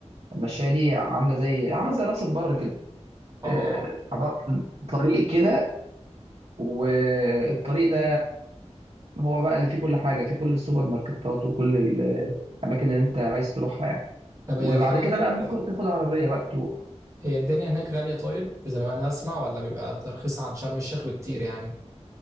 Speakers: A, on the right; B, on the right.
A: المشايه دي عامله زي عامله زي راس البر كده
B: أه
A: آه،
B: أه
A: عبارة عن طريق كده والطريق ده هو بقى اللي فيه كل حاجة فيه كل السوبر ماركتات وكل ال- الأماكن اللي أنت عايز تروحها يعني
B: طب هي
A: وبعد
B: الحاجة
A: كده
B: هناك
A: بقى ممكن تاخد عربية بقى تروح
B: هي الدنيا هناك غالية طيب زي ما أنا أسمع ولا بيبقى ترخيص عن شرم الشيخ بكتير يعني